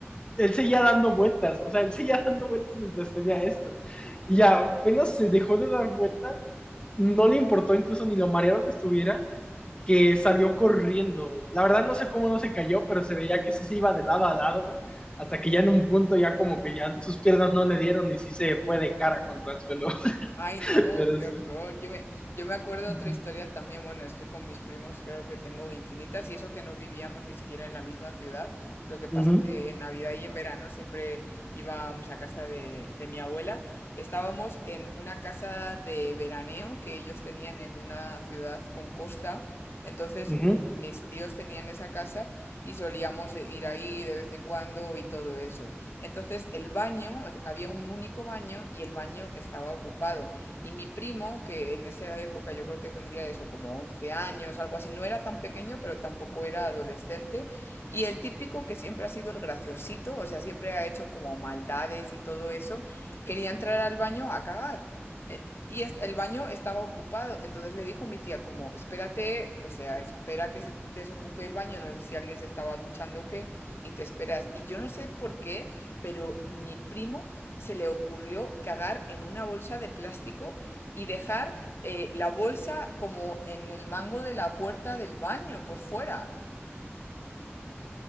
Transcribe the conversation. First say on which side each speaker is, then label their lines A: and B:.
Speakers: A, on the left; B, on the left.
A: él seguía dando vueltas, o sea, él seguía <laughs> dando vueltas mientras tenía esto. Y ya apenas se dejó de dar vuelta, no le importó incluso ni lo mareado que estuviera, que salió corriendo. La verdad no sé cómo no se cayó, pero se veía que sí se iba de lado a lado, hasta que ya en un punto ya como que ya sus piernas no le dieron y sí se fue de cara contra el suelo. <laughs>
B: Ay, no,
A: Pero
B: qué
A: sí.
B: horror. Yo me, yo me acuerdo de
A: Ujú,
B: otra historia también, bueno, es que con mis primos creo que tengo infinitas y eso que no vivíamos ni siquiera en la misma ciudad. Lo que pasa
A: ujú,
B: que en Navidad y en verano siempre íbamos a casa de, de mi abuela. Estábamos en una casa de veraneo que ellos tenían en una ciudad con costa. Entonces
A: ujú.
B: mi- mis tíos tenían esa casa y solíamos ir ahí de vez en cuando y todo eso. Entonces el baño, había un único baño y el baño estaba ocupado. Y mi primo, que en esa época yo creo que tendría eso, como 11 años, algo así, no era tan pequeño, pero tampoco era adolescente. Y el típico que siempre ha sido el graciosito, o sea, siempre ha hecho como maldades y todo eso, quería entrar al baño a cagar. Eh, Y es- el baño estaba ocupado, entonces le dijo mi tía como, espérate, o sea, espera que se desocupe el baño, no sé si alguien se estaba duchando o qué, y te esperas. Y yo no sé por qué, pero mi primo se le ocurrió cagar en una bolsa de plástico y dejar eh, la bolsa como en el mango de la puerta del baño por fuera.